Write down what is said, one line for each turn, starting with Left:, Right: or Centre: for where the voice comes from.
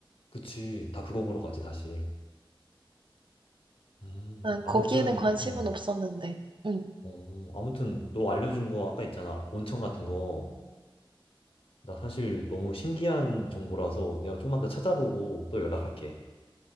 Left: 그치. 다 그거 보러 가지, 사실. 음,
Right: 난
Left: 아무튼,
Right: 거기에는 관심은
Left: 음,
Right: 없었는데. 응.
Left: 어, 아무튼, 너 알려준 거 아까 있잖아. 온천 같은 거. 나 사실 너무 신기한 정보라서 내가 좀만 더 찾아보고 또 연락할게.